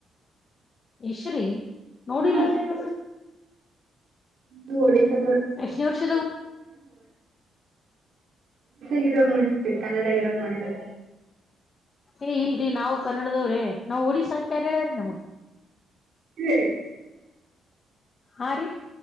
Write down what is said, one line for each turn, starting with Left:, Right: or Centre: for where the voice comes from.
Left: ಯಶ್ ರೀ ನೋಡಿಲ್ಲಲ್ರಿ
Right: ಹಾ
Left: ನಾನ
Right: <unintelligible> ಒಡಿಶಾ
Left: ಎಷ್ಟನೇ ವರ್ಷದಾಗ
Right: ಹೀರೋಗ ನೋಡಿರ್ತೀರಿ ಕನ್ನಡ ಹೀರೋಗ ನೋಡಿರಲ್ಲ
Left: ಏ ಇಲ್ರಿ ನಾವು ಕನ್ನಡದವ್ರೆ ನಾವ್ ಒಡಿಶಾ ಅಂತ ಯಾರ ಹೇಳ್ಯ್ರೀ ನಿಮಗ್
Right: ಹ್ಮ
Left: ಹಾ ರೀ